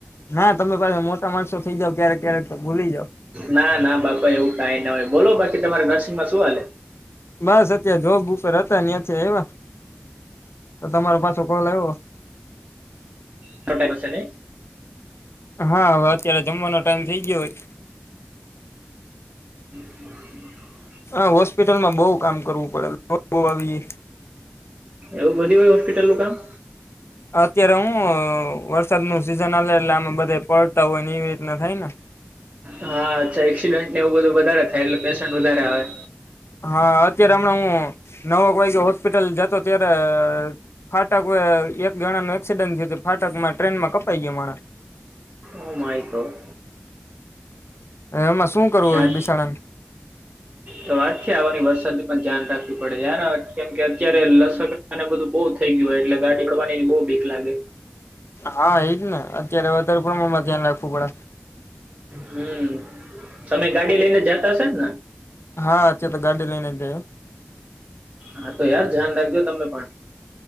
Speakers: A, on the left (about 75°); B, on the right (about 35°).
A: ના તમે પાસે મોટા માણસો થઇ જાવ ક્યારેક ક્યારેક તો ભૂલી જાવ
B: ના ના બાપા એવું કઈ ના હોય બોલો બાકી તમારે નરસિંગ માં શું હાલે
A: બસ અત્યારે જોબ ઉપર હતા એ તો તમારો પાછો કોલ આવો
B: છ ટશેને
A: હા હવે અત્યારે જમવાનો ટાઈમ થઈ ગયો હોય
B: હ
A: હા હોસ્પિટલમાં બહ કામ કરવું પડે આવી ગ
B: એવું બધું હોય હોસ્પિટલ નું કામ
A: અત્યારે હું વરસાદ નું સિઝન આવે એટલે આમાં બધા પલતા હોય ને એવી રીતના થાય ને
B: હા અચ્છા એક્સિડેન્ટ ને એવું બધું વધારે થાય એટલે પેશન્ટ વધારે આવે
A: હા અત્યારે હમણાં હું નવો કોઈ હોસ્પિટલ જતો ત્યારે ફાટક એક જણાનું એક્સિડન્ટ થયું ફાટકમાં ટ્રેનમાં કપાઈ ગયા માણા.
B: Oh my god.
A: એમાં શું કરવું
B: આ
A: બિસાણાને
B: તો વાત છે આવાની વરસાદ ની પણ ધ્યાન રાખવી પડે યાર કેમ કે અત્યારે લસકને બધું બહુ થઈ ગયું હો એટલે ગાડી હાકલવાની બહુ ભીખ લાગે.
A: હા એજ ને અત્યારે વધારે પ્રમાણમાં ધ્યાન રાખવું પડે
B: હમ તમે ગાડી લઈને જતાશેને
A: હા અત્યારે તો ગાડી લઈને જ જાય
B: હા તો યાર ધ્યાન રાખજો તમે પણ